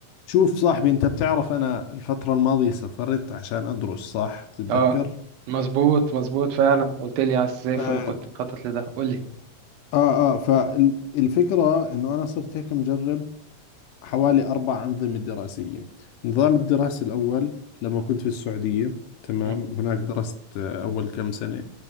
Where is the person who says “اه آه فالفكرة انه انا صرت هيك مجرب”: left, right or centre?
Left